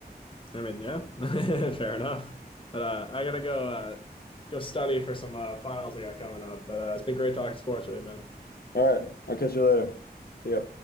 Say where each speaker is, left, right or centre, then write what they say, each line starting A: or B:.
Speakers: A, on the left (about 30°); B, on the left (about 70°).
A: I mean, yeah, <laughs> fair enough. But uh, I gotta go uh, go study for some uh, finals I got coming up. But uh, it's been great talking sports with you, man.
B: All right. I'll catch you later. See ya.